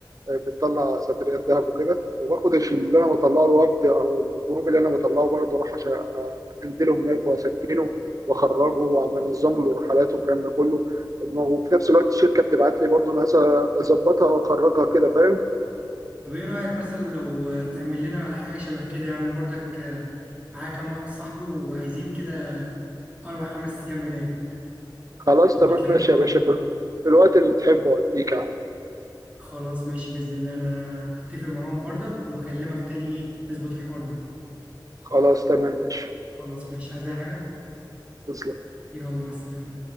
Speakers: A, on the right (about 45°); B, on the right (about 15°).
A: بتطلع سفريات دهب وكده وباخد الشيم اللي انا بطلعه الوفد او الجروب اللي انا بطلعه برضه اروح عشان انزله هناك واسكنه واخرجه وبنظم له الرحلات والكلام ده كله وفي نفس الوقت الشركه بتبعت لي برضه ناس اظبطها واخرجها كده فاهم
B: طب ايه رأيك مثلا لو تعمل لنا حاجة شبه كده يعني أنا برضك آه، معايا كام واحد صاحبي وعايزين كده اربع خمس ايام هناك
A: خلاص
B: ظبط
A: تمام
B: لنا
A: ماشي
B: الحوار
A: يا باشا
B: ده
A: في في الوقت اللي تحبه اوديك عادي
B: خلاص ماشي بإذن الله أنا أتفق معاهم برضك وأكلمك تاني إيه نظبط الحوار ده
A: خلاص تمام ماشي
B: خلاص ماشي عايز أي حاجة
A: تسلم
B: يلا مع السلامة